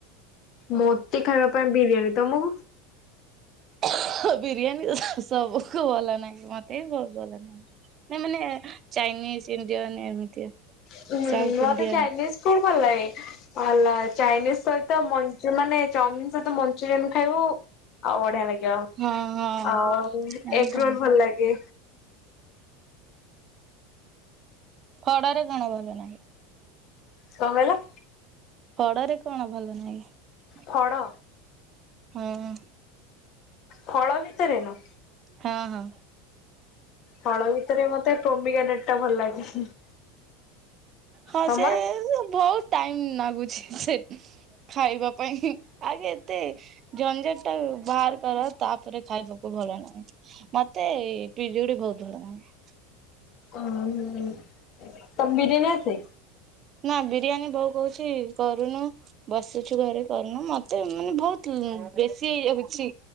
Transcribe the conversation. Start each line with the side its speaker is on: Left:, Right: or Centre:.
Left: ମୋତେ ଖାଇବା ପାଇଁ ବିରିୟାନୀ। ତମକୁ।
Right: ହ ବିରିୟାନୀ ସବୁକୁ ଭଲ ଲାଗେ ମତେ ବି ବହୁତ ଭଲ ଲାଗେ। ନା ମାନେ ଚାଇନିସ, ଇଣ୍ଡିଆନ ଏମିତି।
Left: ହୁଁ
Right: ସାଉଥ
Left: ମତେ
Right: ଇଣ୍ଡିଆନ
Left: ଚାଇନିସ କୁଡ ଭଲ ଲାଗେ ହେଲା। ଚାଇନିସ ସହିତ ମ ଯୋଉ ମାନେ ଚାଉମିନ ସହିତ ମଞ୍ଚୁରିୟନ ଖାଇବୁ। ଆଉ ବଢିଆ ଲାଗି ବ
Right: ହଁ ହଁ।
Left: ଆଉ
Right: ଆଉ
Left: ଏଗରୋଲ
Right: କଣ
Left: ଭଲ ଲାଗେ।
Right: କଡାରେ କଣ ଭଲ ନାହିଁ।
Left: କଣ କହିଲ।
Right: କଡାରେ କଣ ଭଲ ନାହିଁ।
Left: କଣ?
Right: ହଁ।
Left: ଫଳ ଭିତେରେ ନା।
Right: ହଁ ହଁ।
Left: ଫଳ ଭିତରେ ମତେ ଟୋମିକା ତେଟ୍ ଟା ଭଲ ଲାଗେ।
Right: ହଁ
Left: ତମର?
Right: ସେ ବହୁତ। ଟାଇମ ଲାଗୁଛି ସେ, ଖାଇବା ପାଇଁ ଆଉ କେତେ। ଜଣେ ଜଣେ ଟା ବାହାର କର ତାପରେ ଖାଇବାକୁ ଭଲ ଲାଗେ ମତେ। ପିଜୁଳି ବହୁତ ବଡ ହୁଏ।
Left: ଅଁ ମୁଁ ତମ ବିରିୟାନୀ ଅସେ।
Right: ନା ବିରିୟାନୀ ବୋଉ କହୁଛି କରୁନୁ। ବସିଛୁ ଘରେ କରୁନୁ ମତେ ମାନେ ବହୁତ ବେଶୀ ହେଇଯାଉଛି।